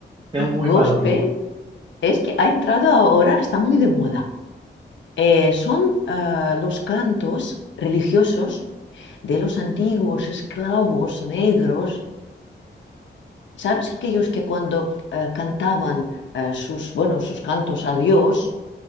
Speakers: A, on the right; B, on the left.
A: Tengo muy
B: gospel
A: mal oído.
B: es que ha entrado ahora, está muy de moda. Eh, son ah, los cantos religiosos de los antiguos esclavos negros. ¿Sabes aquellos que cuando eh, cantaban eh, sus, bueno, sus cantos a Dios,